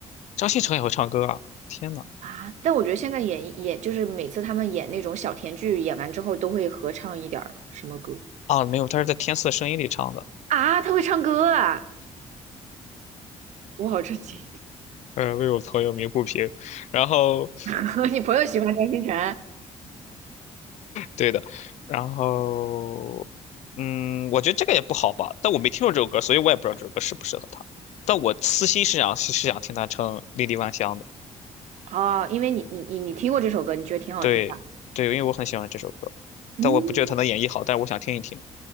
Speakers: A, on the left; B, on the right.
A: 张新成也会唱歌啊！天呐，
B: 啊。但我觉得现在演演就是每次他们演那种小甜剧，演完之后都会合唱一点儿什么歌
A: 啊没有，他是在《天赐的声音》里唱的。
B: 啊？他会唱歌啊！我好震惊。
A: 呃，为我朋友鸣不平，然后
B: <laughs> 你朋友喜欢张新成
A: 对的，然后，嗯，我觉得这个也不好吧，但我没听过这首歌，所以我也不知道这首歌适不适合他。但我私心是想是想听他唱《莉莉万香》的，
B: 哦，因为你你你你听过这首歌，你觉得挺好听的。
A: 对对，因为我很喜欢这首歌，
B: 嗯，
A: 但我不觉得他能演绎好，但是我想听一听。